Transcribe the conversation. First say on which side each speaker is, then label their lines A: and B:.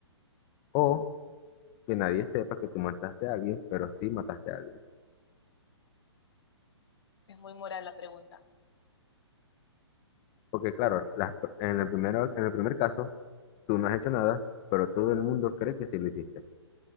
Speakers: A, on the left; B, on the left.
A: ¿O que nadie sepa que tú mataste a alguien, pero sí mataste a alguien?
B: Es muy moral la pregunta.
A: Porque claro, las per- en el primero, en el primer caso, tú no has hecho nada, pero todo el mundo cree que sí lo hiciste.